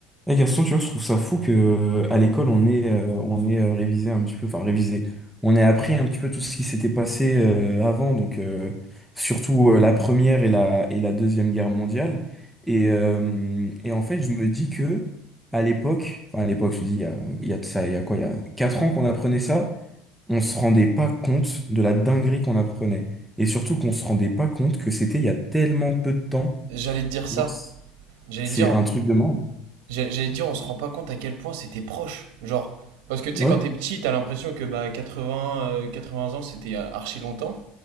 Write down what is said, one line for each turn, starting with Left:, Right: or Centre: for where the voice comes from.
Centre: Eh Gaston, tu vois, je trouve ça fou que euh, à l'école on est on est révisé un petit peu, enfin révisé. On est appris un petit peu tout ce qui s'était passé euh, avant, donc euh, surtout euh, la première et la et la deuxième guerre mondiale. Et, euh, et en fait, je me dis que à l'époque, enfin à l'époque, je dis il y a, il y a de ça, il y a quoi, il y a quatre ans qu'on apprenait ça, on se rendait pas compte de la dinguerie qu'on apprenait, et surtout qu'on se rendait pas compte que c'était il y a tellement peu de temps.
Right: J'allais te dire ça.
Centre: Genre,
Right: J'allais
Centre: c'est
Right: te dire,
Centre: un truc de monde.
Right: j'allais j'allais te dire, on se rend pas compte à quel point c'était proche. Genre, parce que tu sais,
Centre: Ouais.
Right: quand t'es petit, t'as l'impression que bah 80, euh, 80 ans, c'était euh, archi longtemps.